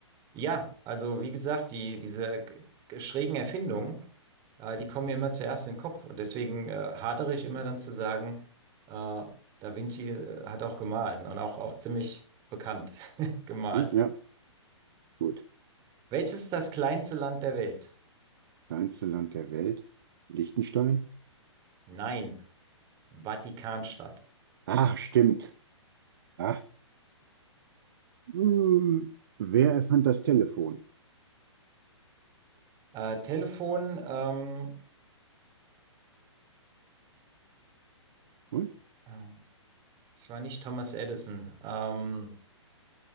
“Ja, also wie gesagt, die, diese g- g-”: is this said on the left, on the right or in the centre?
Right